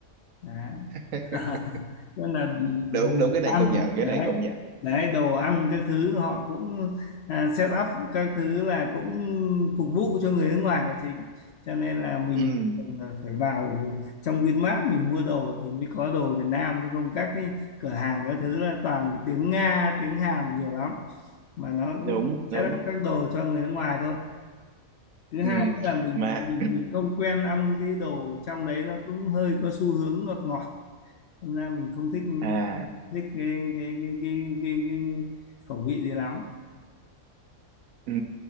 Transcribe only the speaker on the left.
Đấy.
<laughs> nên là
ăn
đấy
đấy đồ ăn các thứ họ cũng à, set up các thứ là cũng phục vụ cho người nước ngoài là chính cho nên là mình
à, phải vào trong Vinmart mình mua đồ thì mới có đồ Việt Nam chứ không các cái cửa hàng các thứ là toàn tiếng Nga tiếng Hàn nhiều lắm mà nó
set up các đồ cho người nước ngoài thôi thứ
hai nữa là mình
mình, mình không quen ăn cái đồ trong đấy nó cũng hơi có xu hướng ngọt ngọt hôm nay mình không thích
thích cái cái cái cái cái, cái khẩu vị đấy lắm